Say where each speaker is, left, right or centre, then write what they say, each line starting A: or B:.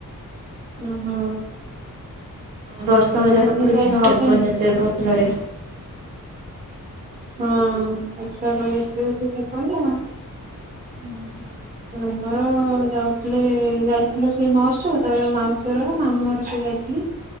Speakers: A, on the right; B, on the right.
A: ହଁ ହଁ।
B: ବର୍ଷକ ଯାକ
A: ଆମେ
B: କିଛି
A: ଯାଇଥିଲୁ
B: ହବନି
A: ସେଇ
B: ଏତେ ଭଲରେ।
A: ହଁ। <unintelligible>
B: ଉଁ।
A: ଆମର ଯାଉଥିଲେ ଯାଇଥିଲୁ ସେଇ ମହୋତ୍ସବ। ତାପରେ ମାଉସୀଘର ମାମୁଁଘର ସେ ଯାଇ ଥିଲି।